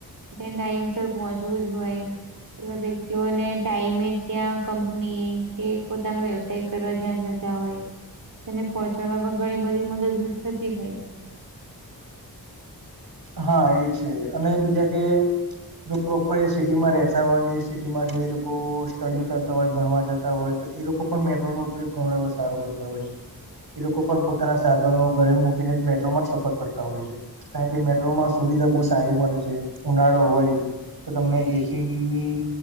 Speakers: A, on the right; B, on the right.
A: ત્યાં ટાઈમસર પહોચ એવું જ હોય એવા વ્યક્તિઓને ટાઈમે ત્યાં કંપની એ કે પોતાનો વ્યવસાય કરવા જ્યાં જતા હોય તેને પહોંચાડવામાં ઘણી બધી મદદરૂપ થતી હોય છે.
B: હા એ છે અને બીજા કે જો પ્રોપર એ સિટીમાં રહેતા હોય, એ સિટીમાં જો એ લોકો સ્ટડી કરતા હોય, ભણવા જતા હોય તો એ લોકો પણ મેટ્રોનો ઉપયોગ ઘણો એવો સારો કરતા હોય છે એ લોકો પણ પોતાના સાધનો ઘરે મૂકીને મેટ્રોમાં જ સફર કરતા હોય છે. કારણ કે મેટ્રો સુવિધા બહુ સારી મળે છે. ઉનાળો હોય તો તમને એસીની